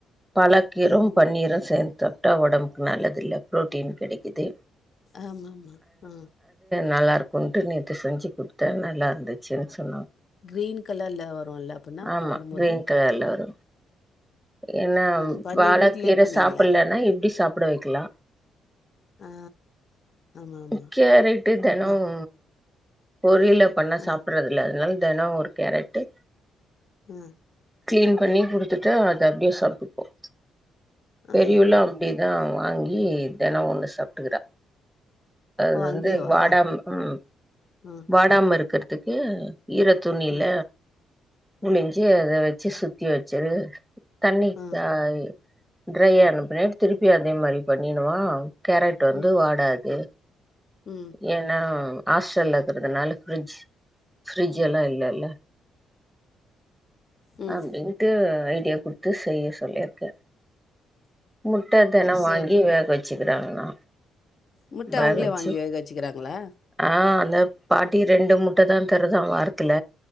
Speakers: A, in the centre; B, on the left.
A: பழக்கீரும்
B: ம்
A: பன்னீரும் சேந்து புட்டா உடம்புக்கு நல்லது இல்ல பு்ரோட்டீன் கிடைக்குிது
B: ஆமா ஆஹ்
A: நல்லா இருக்கும்ன்ட்டு நேற்று செஞ்சு கொடுத்தேன் நல்லா இருந்துச்சுச்சு
B: கிரீன் கலர்ல வரும்ல அப்பன்னா
A: ஆமா
B: வரும்போது?
A: கிரீன் கலர்ல வரும் என்னா
B: ம். பன்னீர்
A: வாழை
B: வீட்லயே
A: கீரை
B: பண்ணீங்களா?
A: சாப்பிடலன்னா இப்படி சாப்பிட வைக்கலாம்
B: ஆ. ஆமாமா.
A: முக்கிய ரைட்டு தினம்
B: அ,
A: பொரியலா பண்ணா
B: அ,
A: சாப்பிடறதுல்ல அதனால தினம் ஒரு கேரட்டு
B: உம் <inaudible>
A: கிளீன் பண்ணி குடுத்துட்டு அது அப்படியே சாப்பிட்டுப்போம்
B: ஆ.
A: பெரியல்லாம்
B: ஆ
A: அப்படி தான் வாங்கி தினம் ஒண்ணு சாப்பிட்டுக்கிறான் அது
B: ஓ! அங்கேயேவா?
A: வந்து வாடாம உம்
B: அ,
A: வாடாம இருக்கிறதுக்கு ஈர துணியில
B: அ, அ,
A: முழிஞ்சு அதை வச்சு சுத்தி வச்சுிரு தண்ணி
B: அ.
A: ஆஹ டிரையா அனுப்பின்னாடி திருப்பி அதே மாதிரி பண்ணிடவா கேரட் வந்து
B: ம்,
A: வாடாது
B: ம்,
A: ஏன்னா ஹாஸ்டல்ல இருக்கிறதுனால ஃபிரிட்ஜ் ஃப்ரிட்ஜ்
B: ம்,
A: எல்லாம் இல்ல இல்ல
B: ம்.
A: அப்படின்ட்டு ஐடியா குடுத்து செய்ய சொல்லியிருக்கேன் முட்டை தினம்
B: சோ
A: வாங்கி வேக வச்சுக்கிறாங்கல்லாம்
B: முட்டை
A: ப
B: அவங்களே
A: வச்சு
B: வாங்கி வேக வச்சுக்கிறாங்களா?
A: ஆஹ் அந்த பாட்டி ரெண்டு முட்டை தான் தருதான் வாரத்துல